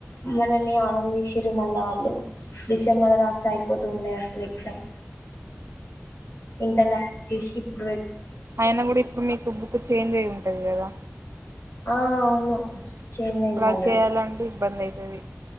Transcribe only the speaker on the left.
మమనని ఆగం చేసిర్రు మళ్ళ ఆళ్ళు డిసెంబర్ రాస్తే అయిపోతూ ఉండే అసలు ఎగ్జామ్ ఇంత లాగ్ చేసి ఇప్పుడు పె
ఆ అవును చేంజ్ అయింది
ఆల్రెడీ